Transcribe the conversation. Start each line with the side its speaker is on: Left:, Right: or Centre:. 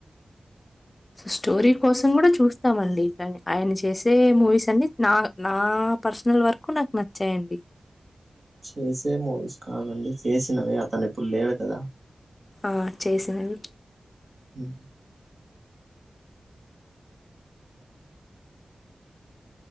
Left: స్టోరీల కోసం కూడా చూస్తామండి కానీ ఆయన చేసే మూవీస్ అన్నిీ నా నా పర్సనల్ వర్క్ నాకు నచ్చాయండి
Right: చేసే మూవీస్ కాదండి చేసినవి అతను ఇప్పుడు లే దా
Left: ఆ చేసిందండి
Right: ఉ